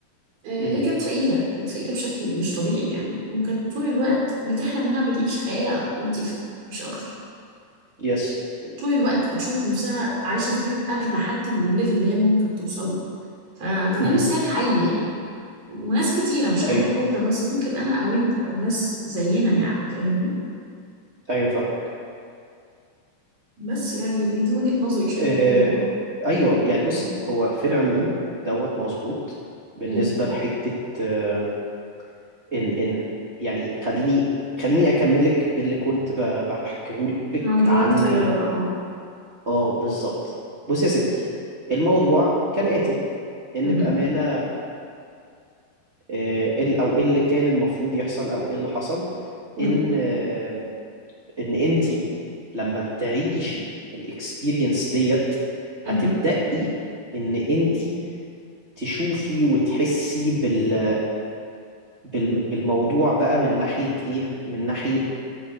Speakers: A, on the right; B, on the right.
A: آه، هي
B: مم.
A: كانت فقيرة كانت فقيرة بشكل مش طبيعي يعني وكانت طول الوقت بتحلم إنها بتعيش حياة لطيفة مش أكتر
B: يس
A: طول الوقت بتشوف نفسها عايشة في بيت أغنى حتى من الليفل اللي هي ممكن توصل له ف... فده
B: مم.
A: مثال حي يعني وناس كتيرة مش
B: ايوه
A: هقول لك أوبرا بس ممكن أنا أو أنت أو ناس زينا يعني فاهمني
B: ايوه فاهم
A: بس يعني دي دي وجهة نظري شوية
B: آه،
A: في الموضوع
B: ايوه يعني بصي هو في العموم دوت مظبوط بالنسبة
A: إيه
B: لحتة آه، ان ان يعني خليني خليني اكمل لك اللي كنت بحكيه لك
A: موضوع
B: عن
A: الطيارة اه
B: اه بالظبط بص يا ستي الموضوع كالآتي ان
A: مهم.
B: بأمانة آه، ال- او ايه اللي كان المفروض يحصل او ايه اللي حصل
A: مم.
B: ان آه، ان انتي لما تعيشي الاكسبيرينس ديت هتبدأي
A: مهم.
B: ان انتي تشوفي وتحسي بال بال- بالموضوع بقى من ناحية ايه من ناحية